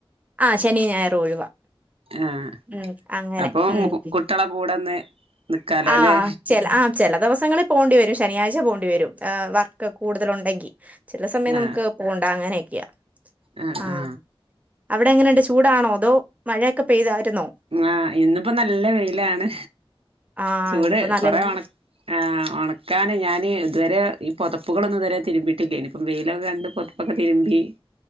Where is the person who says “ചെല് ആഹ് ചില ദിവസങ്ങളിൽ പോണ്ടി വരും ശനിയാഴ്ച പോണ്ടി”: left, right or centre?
Right